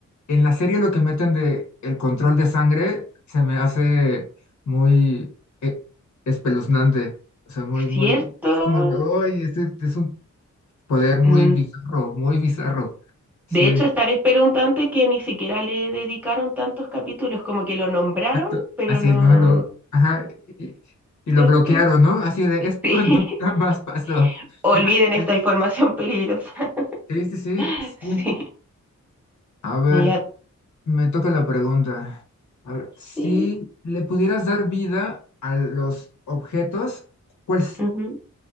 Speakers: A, on the left; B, in the centre.
A: en la serie lo que meten de el control de sangre se me hace muy eh, espeluznante. O sea, muy, muy,
B: ¿Cierto?
A: es como de, "Uy, este es un poder muy
B: Mm,
A: bizarro, muy bizarro. Sí,
B: De hecho, es tan espeluznante que ni siquiera le dedicaron tantos capítulos, como que lo nombraron,
A: esto-
B: pero
A: así,
B: no,
A: ¿no? Lo, ajá, y, y lo
B: ¿cierto?
A: bloquearon, ¿no? Así de, esto
B: Sí.
A: <laughs> nunca más
B: <laughs>
A: pasó.
B: Olviden
A: <laughs>
B: esta información peligrosa.
A: Sí, sí, sí,
B: <laughs>
A: sí.
B: Sí.
A: A ver,
B: Y a
A: me toca la pregunta. A ver, si
B: ti,
A: le pudieras dar vida a los objetos, ¿cuál, s-
B: ujú,